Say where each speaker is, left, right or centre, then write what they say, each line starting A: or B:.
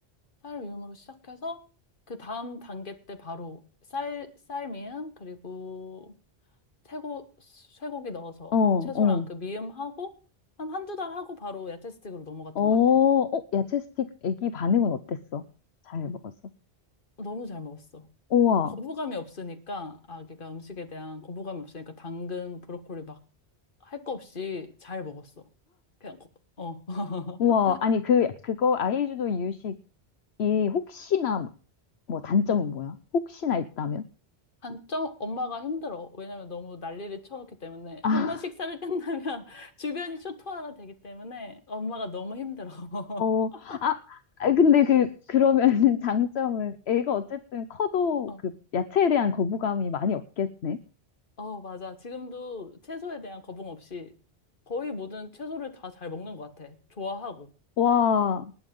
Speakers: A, on the left; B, on the left.
A: 쌀 미음으로 시작해서 그 다음 단계 때 바로 쌀, 쌀 미음 그리고 쇠고, 쇠고기 넣어서
B: 어,
A: 채소랑
B: 어,
A: 그 미음하고 한 한두 달 하고 바로 야채 스틱으로 넘어갔던
B: 어, 어,
A: 것 같아.
B: 야채 스틱 애기 반응은 어땠어? 잘 먹었어?
A: 너무 잘 먹었어.
B: 우와,
A: 거부감이 없으니까 아기가 음식에 대한 거부감이 없으니까 당근, 브로콜리 막 할 거 없이 잘 먹었어. 그냥 거- 어. <laughs>
B: 우와. 아니, 그, 그거 아이주도 이유식이 혹시나, 뭐 단점은 뭐야? 혹시나 있다면?
A: 단점 엄마가 힘들어. 왜냐면 너무 난리를 쳐놓기 때문에
B: 아,
A: 한 번 식사를 끝나면 <laughs> 주변이 초토화가 되기 때문에 엄마가 너무 힘들어. <laughs>
B: 어, 아, 아, 근데 그, 그러면 <laughs> 장점은 애가 어쨌든 커도
A: 어,
B: 그 야채에 대한 거부감이 많이 없겠네.
A: 어, 맞아. 지금도 채소에 대한 거부감 없이 거의 모든 채소를 다 잘 먹는 것 같아. 좋아하고.
B: 와,